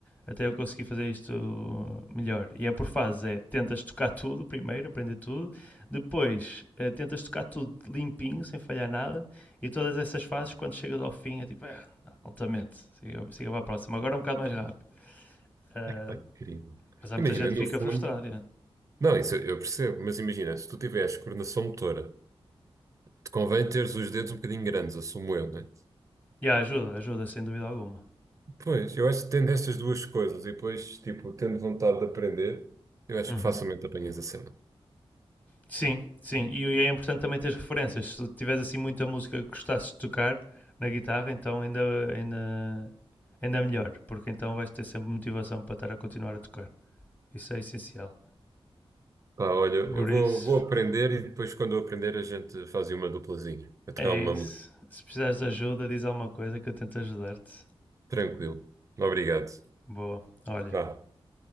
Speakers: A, on the left; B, on the right.
A: até eu conseguir fazer isto melhor. E é por fases, é tentas tocar <laughs> tudo primeiro, aprender tudo, depois eh, tentas tocar tudo limpinho, sem falhar nada, e todas essas fases, quando chegas ao fim, é tipo, ah, altamente, siga, siga para a próxima, agora um bocado mais rápido. Ah,
B: pá, incrível.
A: mas há
B: Imagina,
A: muita gente que
B: no
A: fica
B: fundo,
A: frustrada. Yeah.
B: não, isso eu eu percebo, mas imagina, se tu tiveres coordenação motora. Te convém teres os dedos um bocadinho grandes, assumo eu, né?
A: Yeah, ajuda, ajuda, sem dúvida alguma.
B: Pois, eu acho que tendo estas duas coisas e depois, tipo, tendo vontade de aprender, eu acho
A: Uhum.
B: que facilmente apanhas a cena.
A: Sim, sim. E é importante também ter referências. Se tiveres assim muita música que gostasses de tocar na guitarra, então ainda, ainda, ainda melhor, porque então vais ter sempre motivação para estar a continuar a tocar. Isso é essencial.
B: Pá, olha,
A: Por
B: eu vou,
A: isso,
B: vou aprender e depois, quando eu aprender, a gente faz uma duplazinha. A tocar
A: é
B: uma
A: isso.
B: música.
A: Se precisares de ajuda, diz alguma coisa que eu tento ajudar-te.
B: Tranquilo. Obrigado.
A: Boa. Olha,
B: Vá.